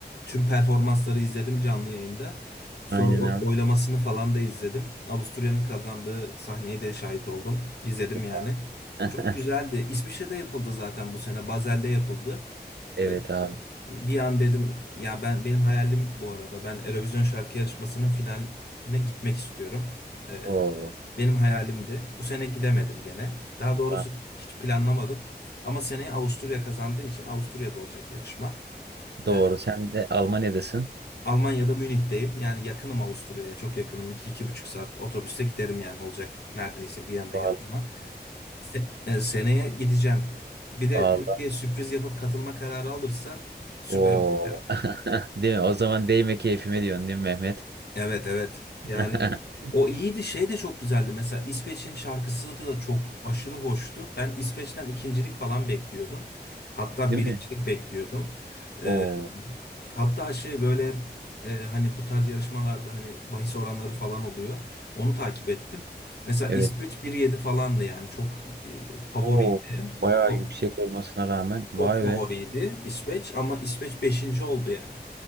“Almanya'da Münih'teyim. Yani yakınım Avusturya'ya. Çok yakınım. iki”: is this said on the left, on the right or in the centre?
Left